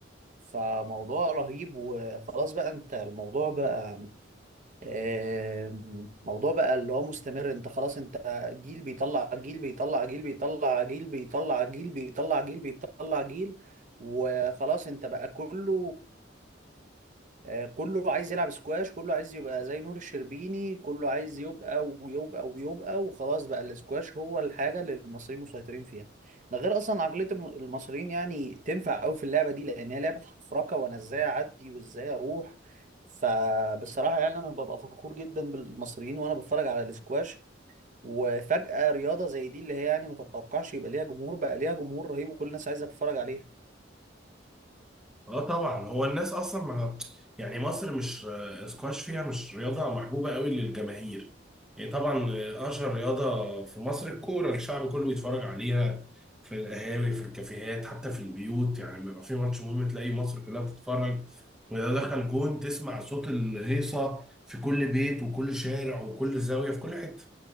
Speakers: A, on the right (about 45°); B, in the centre.
A: فموضوع رهيب وخلاص بقى انت الموضوع بقى آم، موضوع بقى اللي هو مستمر انت خلاص انت جيل بيطلع جيل بيطلع جيل بيطلع جيل بيطلع جيل بيطلع جيل بيطلع جيل وخلاص انت بقى كله آه، كله عايز يلعب سكواش كله عايز يبقى زي نور الشربيني كله عايز يبقى ويبقى ويبقى وخلاص بقى السكواش هو الحاجة اللي المصريين مسيطرين فيها ده غير أصلا عقلية الم- المصريين يعني تنفع أوي في اللعبة دي لأن هي لعبة حفركة وأنا إزاي أعدي وإزاي أروح فبصراحة يعني أنا ببقى فخور جدا بالمصريين وأنا بتفرج على السكواش وفجأة رياضة زي دي اللي هي يعني ما تتوقعش يبقى ليها جمهور بقى ليها جمهور رهيب وكل الناس عايزة تتفرج عليها
B: اه طبعا هو الناس اصلا ما يعني مصر مش آه، سكواش فيها مش رياضه محبوبه قوي للجماهير يعني طبعا آه، اشهر رياضه في مصر الكوره الشعب كله بيتفرج عليها في القهاوي في الكافيهات حتى في البيوت يعني بيبقى في ماتش مهم تلاقي مصر كلها بتتفرج واذا دخل جون تسمع صوت الهيصه في كل بيت وكل شارع وكل زاويه في كل حته